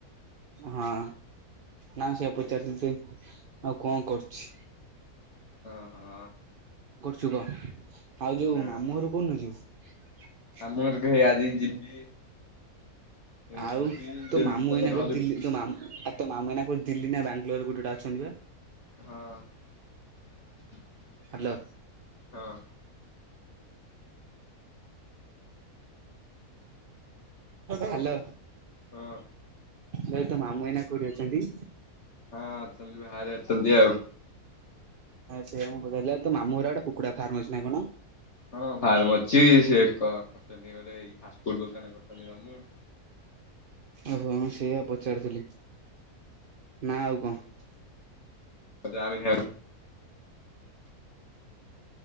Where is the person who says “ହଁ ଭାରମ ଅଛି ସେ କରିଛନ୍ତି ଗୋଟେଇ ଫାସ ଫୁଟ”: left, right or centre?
Left